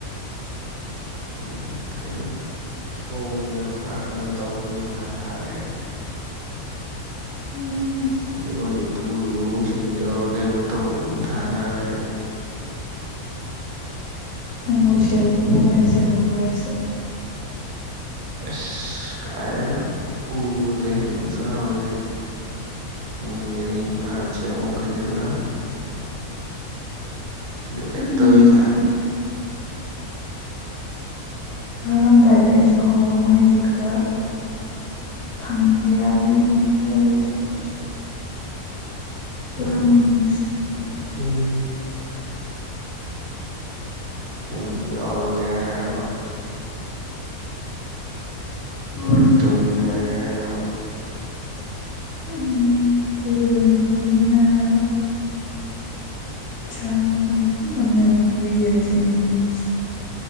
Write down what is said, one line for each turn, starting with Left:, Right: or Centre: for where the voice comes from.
Right: ꯎꯝ ꯈꯪꯅꯤ ꯁꯣꯝꯗꯅ ꯄꯨꯔꯥ ꯀꯩꯅꯣ ꯇꯧꯕꯒꯤ ꯃꯊꯥ ꯁꯥ ꯂꯩꯔꯦ
Left: ꯎꯝ
Right: ꯃꯤꯉꯣꯟꯗꯩ ꯄꯨꯔꯨꯕꯕꯧ ꯁꯤꯡꯗꯕ꯭ꯔꯥ ꯀꯩꯅꯣ ꯇꯧꯕꯗꯣ ꯃꯊꯥ ꯁꯔꯥꯒ ꯂꯩꯔꯦ
Left: ꯅꯪꯕꯨ ꯁꯦꯜ ꯄꯨꯕꯒ ꯍꯩꯖꯔꯕꯣ ꯍꯥꯏꯁꯦ
Right: ꯑꯁ ꯀꯥꯏꯗꯩꯅꯣ ꯄꯨꯕꯗꯒꯤ ꯍꯦꯟꯗꯣꯛꯇꯅ ꯍꯧꯖꯤꯛ <unintelligible> <unintelligible> <unintelligible> ꯂꯩꯔꯛꯇꯕꯒꯤ
Left: ꯎꯝ
Right: ꯆꯥꯡꯁꯦ
Left: ꯍꯨꯔꯥꯜꯂꯝꯗꯥꯏꯗ ꯑꯩꯁꯨ ꯍꯥꯎꯔꯝꯃꯣ ꯑꯩꯁꯨ ꯈꯤꯇꯥ ꯐꯪꯕ ꯌꯥꯕ꯭ꯔꯥ ꯌꯦꯡꯒꯤ ꯂꯩꯇ꯭ꯔꯦ ꯑꯈꯣꯏꯁꯨ ꯍꯨꯔꯥꯟꯃꯤꯅꯨꯡꯁꯤ
Right: ꯎꯝ ꯎꯝ
Left: <inaudible>
Right: ꯅꯪꯁꯨ ꯌꯥꯎꯔꯒꯦ ꯍꯥꯏꯔꯕ <unintelligible>
Left: ꯎꯝ
Right: ꯇꯨꯡꯏꯂꯛ ꯑꯒꯦ ꯍꯥꯏꯔꯕ
Left: ꯎꯝ ꯀꯣꯏꯁꯨ <unintelligible> ꯂꯩ ꯇꯕꯅꯤꯅꯕ ꯄꯩꯁꯥꯅ ꯃꯤꯑꯣꯟꯗꯒꯤ ꯄꯨꯃꯟꯗꯅ ꯄꯤꯕꯤꯔꯛꯇꯔꯦꯅꯦ ꯃꯤꯅ <unintelligible>